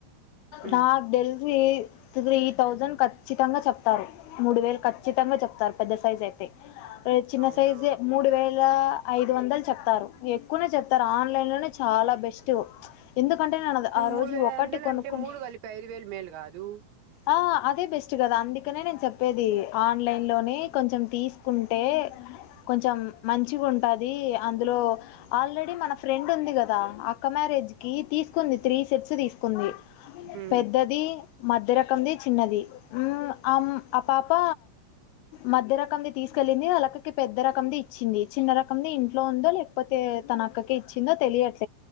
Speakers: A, on the right; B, on the left.
A: ఉమ్,
B: నాక్ తేల్సి త్రీ థౌజండ్ ఖచ్చితంగా చెప్తారు మూడు వేలు ఖచ్చితంగా చెప్తారు పెద్ద సైజ్ అయితే. చిన్న
A: అవునా
B: సైజె మూడు వేల ఐదు వందలు చెప్తారు ఎక్కువనే చెప్తారు ఆన్లైన్లోనే చాలా బెస్ట్ ఎందుకంటే నేను ఆ రోజు
A: మూడు వేల
B: ఒకటి
A: ఐదు వందలు
B: కొనుక్కున్నా
A: అంటే మూడు కలిపి ఐదు వేలు మేలు కాదు
B: ఆ అదే బెస్ట్ కదా అందుకనే నేను చెప్పేది ఆన్లైన్లోని కొంచెం తీసుకుంటే కొంచెం మంచిగా ఉంటది అందులో ఆల్రెడీ మన ఫ్రెండ్ ఉంది కదా అక్క మ్యారే జికి తీసుకుంది త్రీ సెట్స్ తీసుకుంది
A: ఉమ్,
B: పెద్దది మధ్య ర ఉన్నది ఉమ్ ఆమ్ ఆ పాప మధ్య రకంది తీసుకెళ్ళింది వాళ్లకకి పెద్ద రకంది ఇచ్చింది చిన్న రకంది ఇంట్లో ఉందో లేకపోతే తనక్క ఇచ్చిందో తెలియట్